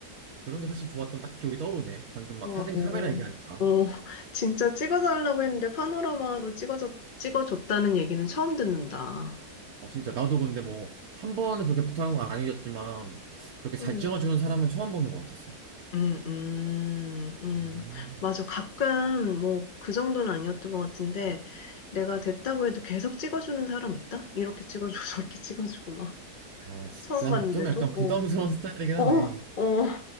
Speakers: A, on the right; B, on the left.
A: 그런 게 사실 좋았던 딱 기억이 떠오르네. 방금 막
B: 어,
A: 사진
B: 어,
A: 카메라 얘기하니까.
B: 어, 어. 진짜 찍어달라고 했는데 파노라마로 찍어줬, 찍어줬다는 얘기는 처음 듣는다.
A: 어, 진짜 나도 근데 뭐 한 번 그렇게 부탁한 건 아니었지만 그렇게 잘
B: 음,
A: 찍어주는 사람은 처음 보는 것 같았어.
B: 음, 음, 음.
A: 음.
B: 맞아. 가끔 뭐 그 정도는 아니었던 것 같은데 내가 됐다고 해도 계속 찍어주는 사람 있다? 이렇게 찍어주고 <laughs> 저렇게 찍어주고 막
A: 아 진짜
B: 처음 봤는데도.
A: 좀 약간 부담스러운 스타일이긴 하네.
B: 어, 어, 어.